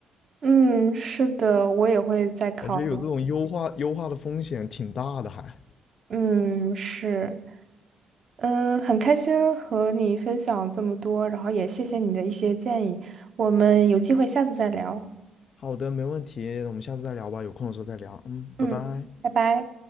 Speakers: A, on the right (about 50°); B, on the left (about 55°).
A: 嗯，是的，我也会再考虑。
B: 感觉有这种优化优化的风险挺大的还。
A: 嗯，是，嗯，很开心和你分享这么多，然后也谢谢你的一些建议，我们有机会下次再聊。
B: 好的，没问题，我们下次再聊吧，有空的时候再聊。嗯，
A: 嗯，
B: 拜拜。
A: 拜拜。